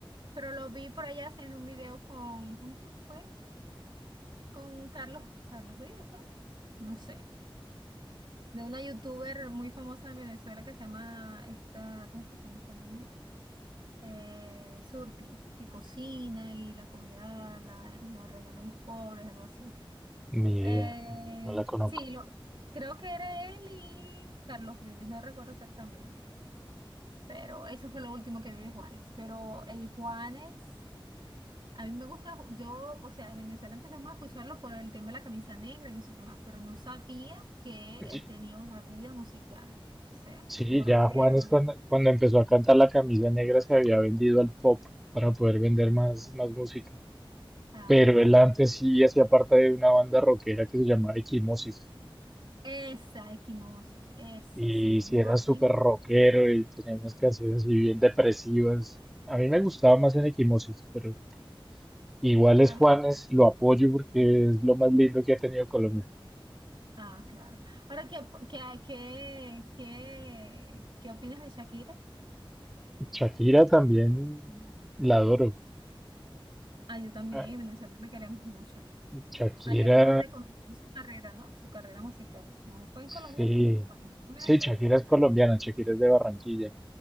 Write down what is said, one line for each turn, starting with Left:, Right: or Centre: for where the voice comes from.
Right: Pero lo vi por allá haciendo un video con, ¿con quién fue? Con Carlos, Carlos Vives, fue. No sé. de una youtuber muy famosa de Venezuela que se llama esta, ¿cómo es que se llama esta niña? Eh, Surti, que cocina y la comida la, la regala a los pobres, algo así.
Centre: Ni idea,
Right: Eh,
Centre: no, no la conozco.
Right: sí, lo, creo que era él y Carlos Vives, no recuerdo exactamente, pero eso fue lo último que vi de Juanes, pero el Juanes... A mí me gusta, yo, o sea, en Venezuela empezamos a escucharlo por el tema de la camisa negra y no sé qué más, pero no sabía que él
Centre: Y-
Right: tenía una vida musical, o sea,
Centre: Sí,
Right: como rockero.
Centre: ya Juanes cuando, cuando empezó a cantar La Camisa Negra se había vendido al pop para poder vender más, más música.
Right: Ah,
Centre: Pero él antes sí hacía parte de una banda rockera que se llamaba Equimosis.
Right: esa equimosis, esa
Centre: Y
Right: sí,
Centre: si
Right: yo
Centre: era súper
Right: sí,
Centre: rockero y tenía unas canciones así bien depresivas. A mí me gustaba más en Equimosis, pero igual
Right: pero,
Centre: es Juanes, lo apoyo porque es lo más lindo que ha tenido Colombia.
Right: ah, claro. Ahora, ¿qué, qué, qué, qué, qué opinas de Shakira?
Centre: Shakira también la adoro.
Right: Ah, yo también,
Centre: Ah,
Right: en Venezuela la queremos mucho.
Centre: Shakira,
Right: Allá fue donde comenzó su carrera, ¿no? Su carrera musical. No fue en
Centre: sí.
Right: Colombia, no, fue en Venezuela.
Centre: Sí, Shakira es colombiana, Shakira es de Barranquilla.